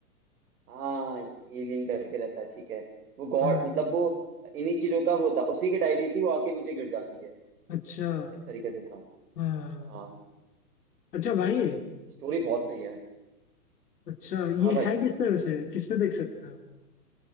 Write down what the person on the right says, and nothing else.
हाँ एलियन करके रहता है ठीक है वो गॉड
मतलब वो इन्हीं चीजों का वो था उसी की डायरी थी वो आके नीचे गिर जाती है
इस तरीके से था
हाँ
स्टोरी बहुत सही है
हाँ
भाई